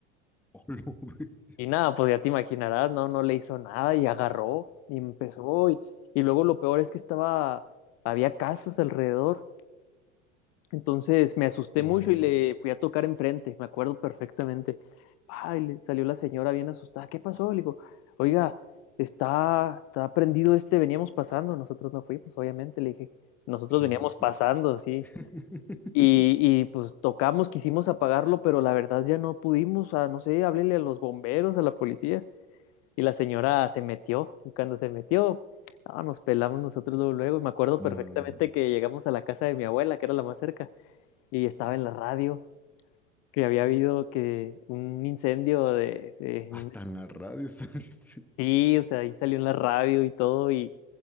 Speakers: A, in the centre; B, on the left (about 45°).
A: Oh, <laughs>
B: Y nada, pues ya te imaginarás, no, no le hizo nada y agarró y empezó y, y luego lo peor es que estaba, había casas alrededor, entonces me asusté
A: No
B: mucho
A: manches.
B: y le fui a tocar enfrente, me acuerdo perfectamente. Ay, le salió la señora bien asustada, ¿qué pasó? Le digo, oiga, está, está prendido este, veníamos pasando, nosotros no fuimos, obviamente, le dije, nosotros
A: Sí,
B: veníamos
A: sí, sí.
B: pasando así.
A: <laughs>
B: Y, y pues tocamos, quisimos apagarlo, pero la verdad ya no pudimos, ah, no sé, háblele a los bomberos, a la policía. Y la señora se metió, y cuando se metió, no, nos pelamos nosotros luego, luego. Y me acuerdo
A: No,
B: perfectamente que llegamos a la casa de mi abuela, que era la más cerca, y estaba en la radio, que había habido que un incendio de, de- en
A: hasta
B: un...
A: en la radio <laughs> saliste.
B: Sí, o sea, ahí salió en la radio y todo, y,